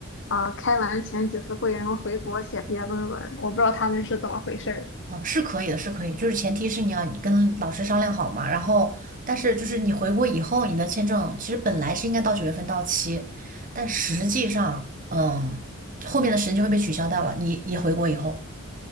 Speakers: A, on the left; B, on the right.
A: 啊、开完前几次会，然后回国写毕业论文。我不知道他们是怎么回事儿。
B: 哦，是可以的，是可以，就是前提是你要跟老师商量好嘛，然后但是就是你回国以后，你的签证其实本来是应该到九月份到期，但实际上，嗯，后面的时间就会被取消掉了，你你回国以后。